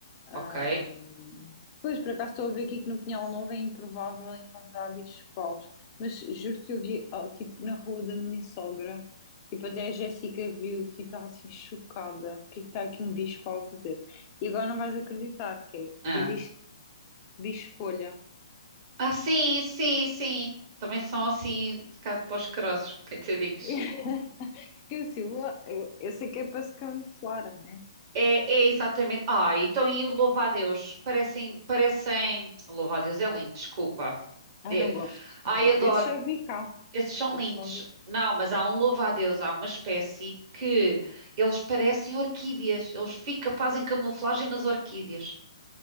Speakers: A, on the left (about 35°); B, on the right (about 40°).
A: Ahm,
B: ok.
A: pois, por acaso estou a ver aqui que no Pinhal Novo é improvável encontrar bichos paus, mas juro que eu vi, ah, tipo, na rua da minha sogra, tipo, até a Jéssica viu, tipo, ela assim, chocada, o que é que está aqui um bicho pau a fazer? E agora não vais acreditar que é,
B: Ah.
A: existe bicho-folha.
B: Ah, sim, sim, sim. Também são assim, caso para os crossos, coitadinhos.
A: <laughs> Que eu, assim, ué, eu, eu sei que é para se camuflar, né?
B: É, é exatamente. Ah, então e o louva-a-Deus? Parecem, parecem. Louva-a-Deus é lindo, desculpa.
A: Ai,
B: É-
A: não gosto,
B: Ai,
A: não gosto.
B: adoro.
A: Esse já vi cá,
B: Esses são
A: esse
B: lindos.
A: já vi.
B: Não, mas há um louva-a-Deus, há uma espécie que eles parecem orquídeas. Eles fica, fazem camuflagem nas orquídeas.